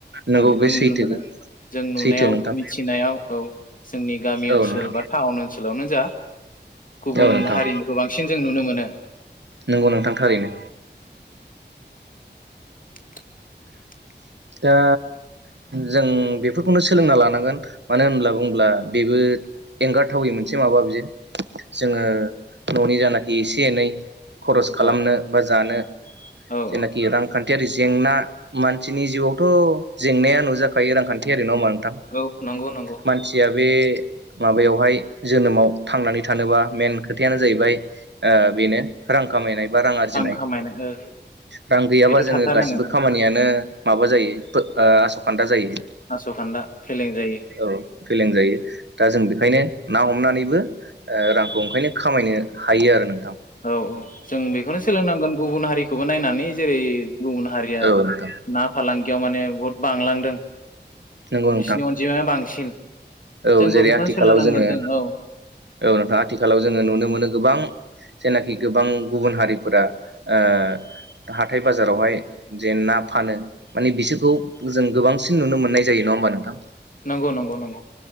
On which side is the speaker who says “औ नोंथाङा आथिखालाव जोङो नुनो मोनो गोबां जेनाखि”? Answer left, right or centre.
Right